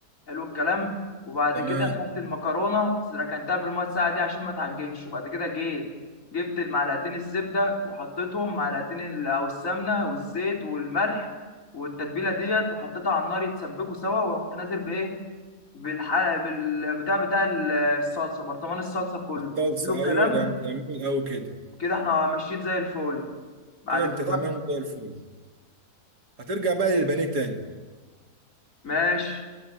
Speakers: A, on the left; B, on the right.
A: حلو الكلام وبعد
B: تمام
A: كده خدت المكرونه ركنتها بالميه الساقعه دي عشان ما تعجنش وبعد كده جيت جبت المعلقتين الزبده وحطيتهم معلقتين ال- او السمنه والزيت والملح والتتبيله ديت وحطيتها على النار يتسبكوا سوا ورحت نازل بايه بالحلقة بالبتاع بتاع الصلصة برطمان الصلصة كله
B: الصلصه
A: حلو الكلام
B: ايوه جم- جميل قوي كده
A: كده احنا ماشيين زي الفل بعد
B: كده انت
A: كده
B: تمام
A: بقى-
B: وزي الفل هترجع بقى للبانيه تاني
A: ماشي